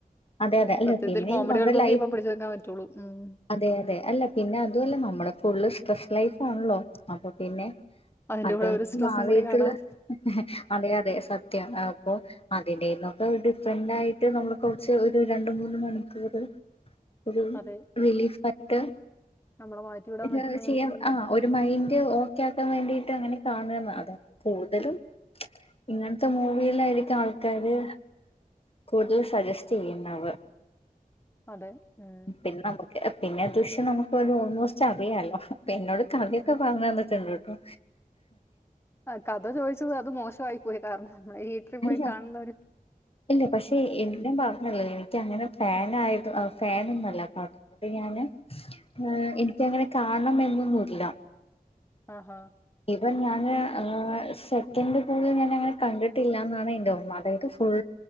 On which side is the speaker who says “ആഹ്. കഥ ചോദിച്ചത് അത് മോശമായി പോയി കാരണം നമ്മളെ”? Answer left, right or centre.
Left